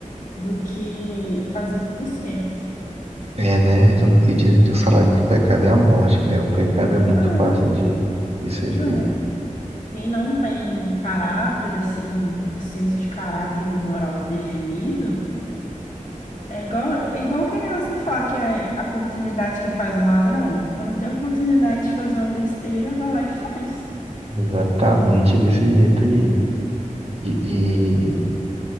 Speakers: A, on the left; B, on the right.
A: do que fazer tudo certo.
B: É, né? Tanto que dizem que o salário do pecado é a morte, né? O pecado
A: Pois
B: é muito
A: é,
B: fácil de, de ser
A: pois é.
B: feito.
A: Quem não tem caráter, assim, o senso de caráter e o moral definido, é igual, é igual aquele negócio que fala que é a oportunidade que faz o ladrão. Quando tem a oportunidade de fazer uma besteira, vai lá e faz.
B: Exatamente desse jeito aí. E, e,